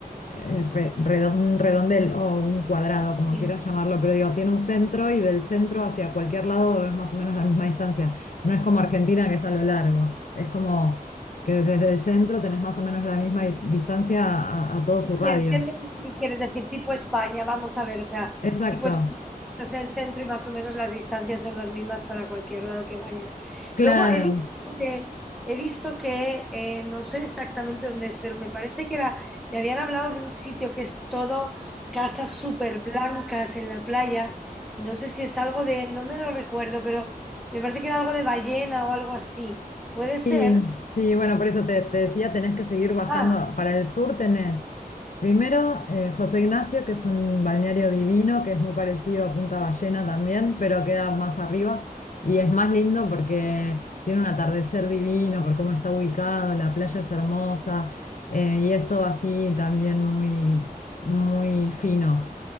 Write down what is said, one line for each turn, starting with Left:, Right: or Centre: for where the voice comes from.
Left: eh, re- redon- un redondel o un cuadrado, como
Centre: Sí.
Left: quieras llamarlo, pero digo, tiene un centro y del centro hacia cualquier lado es más o menos la misma distancia. No es como Argentina que es a lo largo, es como que desde el centro tenés más o menos la misma dis- distancia a, a todo
Centre: Sí,
Left: su radio.
Centre: sí, entiendo lo que quieres decir, tipo España, vamos a ver, o sea,
Left: Exacto,
Centre: tipo España, estás en el centro y más o menos las distancias son las mismas para cualquier lado que vayas.
Left: claro.
Centre: Luego he visto que, he visto que eh, no sé exactamente dónde es, pero me parece que era, me habían hablado de un sitio que es todo casas súper blancas en la playa, y no sé si es algo de, no me lo recuerdo, pero me parece que era algo de ballena o algo así. ¿Puede
Left: Sí,
Centre: ser?
Left: sí, bueno, por eso te, te decía, tenés que seguir bajando.
Centre: Ah,
Left: a- Para el sur tenés primero eh, José Ignacio, que es un balneario divino, que es muy parecido a Punta Ballena también, pero queda más arriba y es más lindo porque tiene un atardecer divino, por cómo está ubicado, la playa es hermosa eh, y es todo así también muy, muy fino.